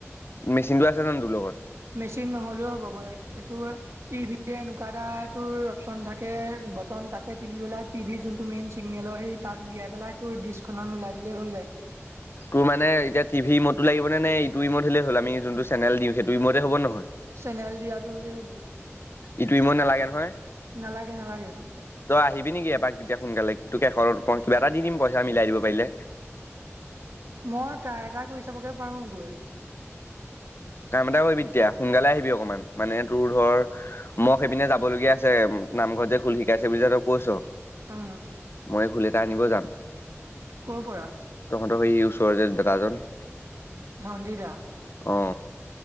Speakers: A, on the left; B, on the right.
A: মেচিনটো আছে জানো তোৰ লগত?
B: মেচিন নহ'লেও হ'ব, মই এ এটোৱে টি ভিটে এনুকা এটা তোৰ অপচন থাকে, বটন তাতে টিপি পেলাই টি ভিৰ যোনটো মেইন চিগনেলৰ সেই তাত উলিয়াই পেলাই, তোৰ ডিছখনত মিলাই দিলেই হৈ যায়।
A: তোৰ মানে এতিয়া টিভি ৰিম'তটো লাগিবনে? নে ইটো ৰিম'ট হ'লেই হ'ল? আমি যোনটো চেনেল দিওঁ, সেইটো ৰিম'টে হ'বনে নহয়?
B: চেনেল দিয়াটো হ'লেই হ'ব,
A: ইটো ৰিমট নালাগে নহয়?
B: নালাগে, নালাগে।
A: তই আহিবি নেকি এপাক তেতিয়া সোনকালে? তোক এশ, দুশ কিবা এটা দিম পইচা মিলাই দিব পাৰিলে।
B: মই ট্ৰাই এটা কৰি চাবগে পাৰোঁ, গৈ
A: কাম এটা কৰিবি তেতিয়া, সোনকালে আহিবি অকমান। মানে তোৰ ধৰ মই সেইপিনে যাব লগীয়া আছে, নামঘৰত যে খোল শিকাইছে বুলি যে তই কৈছ
B: উম।
A: মই খোল এটা আনিব যাম।
B: ক'ৰ পৰা?
A: তহঁতৰ সেই ওচৰৰ যে দাদাজন।
B: ধন্দিৰ দা।
A: অ।